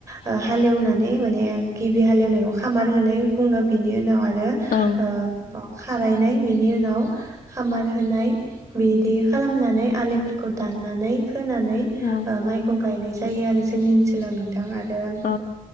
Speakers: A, on the right (about 20°); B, on the left (about 75°).
A: ओ हालेवनानै माने गिबि हालेवनायखौ खामार होनै बुङो बेनि उनाव आरो आरो
B: औ
A: ओम अ खारायनाय बिनि उनाव खामार होनाय बिदि खालामनानै आलिफोरखौ दाननानै होनानै
B: औ
A: ओ माइखौ गायनाय जा जायो आरो जोंनि ओनसोलाव नोंथां आरो
B: औ